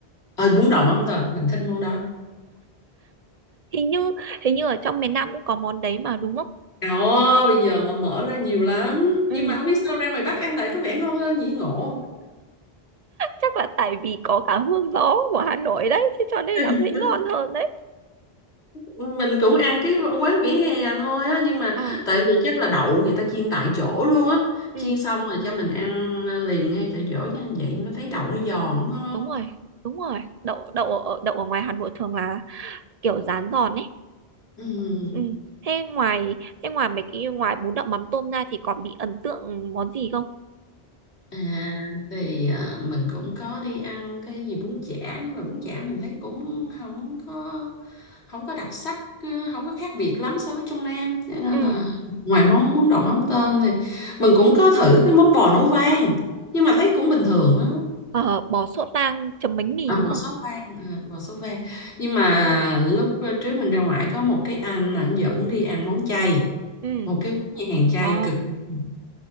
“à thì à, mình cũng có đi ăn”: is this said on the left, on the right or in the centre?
Left